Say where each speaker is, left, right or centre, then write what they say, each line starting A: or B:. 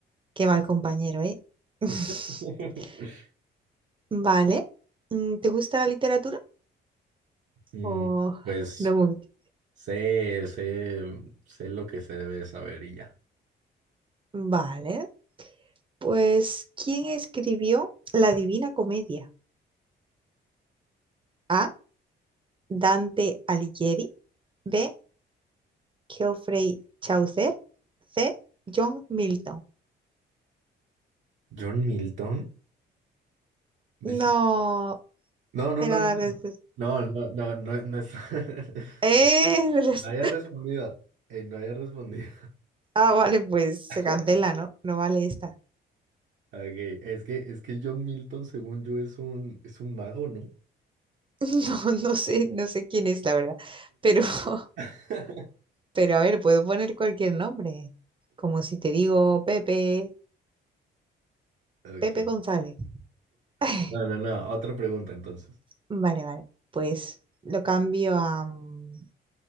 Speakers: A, on the right; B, on the right.
A: Qué mal compañero, ¿eh? <laughs>
B: <laughs>
A: Vale. Mm, ¿Te gusta la literatura?
B: Mm,
A: O
B: Pues
A: no mucho.
B: sé, sé, sé lo que se debe saber y ya.
A: Vale. Pues, ¿quién escribió La Divina Comedia? A. Dante Alighieri. B. Geoffrey Chaucer. C. John Milton.
B: John Milton, dije,
A: No,
B: no, no,
A: era
B: no, no,
A: la respuesta.
B: no, no, no, no, no es- <laughs>
A: ¡Eh! res-
B: no haya respondido, eh, no haya respondido.
A: Ah, vale, pues
B: <laughs>
A: se cancela, ¿no? No vale esta.
B: Okay, es que, es que John Milton, según yo, es un, es un mago, ¿no?
A: <laughs> No, no sé, no sé quién es, la verdad. Pero <laughs>
B: <laughs>
A: Pero a ver, puedo poner cualquier nombre. Como si te digo Pepe,
B: Ok,
A: Pepe González. <laughs>
B: No, no, no. Otra pregunta entonces.
A: Vale, vale. Pues lo cambio a, mm,